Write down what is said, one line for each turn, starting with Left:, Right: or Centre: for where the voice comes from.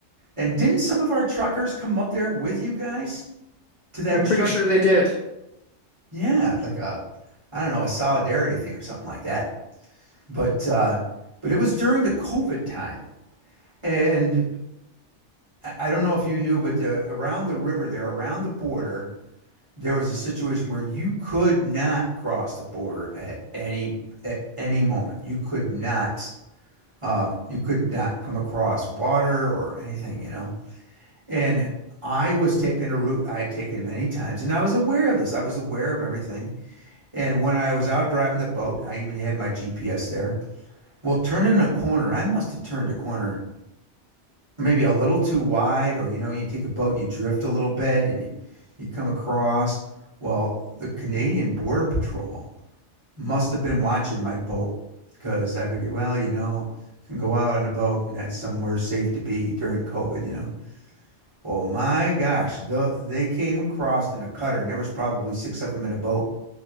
Right: And didn't some of our truckers come up there with you guys to that
Left: I'm pretty
Right: truck?
Left: sure they did.
Right: Yeah, like a, I don't know, a solidarity thing or something like that. But uh, but it was during the COVID time, and I- don't know if you knew, but uh, around the river there, around the border, there was a situation where you could not cross the border at any at any moment. You could not um, you could not come across water or anything, you know. And I was taking a route I had taken many times, and I was aware of this. I was aware of everything. And when I was out driving the boat, I even had my GPS there. Well, turning a corner, I must have turned a corner maybe a little too wide, or you know, you take a boat and you drift a little bit and you, you come across. Well, the Canadian Border Patrol must have been watching my boat because I figured, well, you know, I can go out on a boat and that's somewhere safe to be during COVID, you know. Well, my gosh, tho- they came across in a cutter, and there was probably six of them in a boat,